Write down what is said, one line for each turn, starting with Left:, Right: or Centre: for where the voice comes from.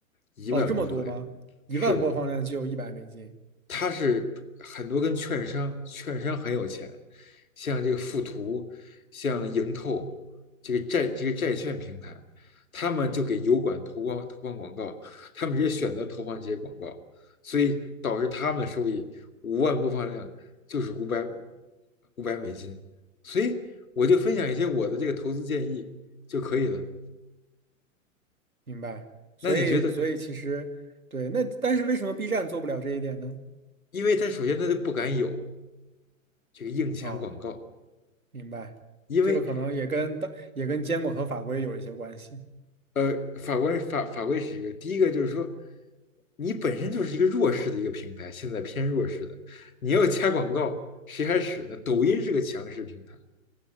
Left: 一万播放量。
Right: 哦，这么多吗？一万播放量就有一百美金。
Left: 是的，他是很多跟券商，券商很有钱，像这个富途，像盈透，
Right: 嗯，
Left: 这个债这个债券平台，他们就给油管投放投放广告，他们直接选择投放这些广告，所以导致他们的收益五万播放量就是五百五百美金，所以我就分享一些我的这个投资建议就可以了。
Right: 明白。所以，
Left: 那你觉得，
Right: 所以其实对，那但是为什么 B 站做不了这一点呢？
Left: 因为他首先他就不敢有这个硬钱广告。
Right: 哦，明白，
Left: 因为
Right: 这个可能也跟当也跟监管和法规有一些关系。
Left: 呃，法官法法规是一个，第一个就是说，你本身就是一个弱势的一个平台，现在偏弱势的，你要加广告，谁还使呢？抖音是个强势平台，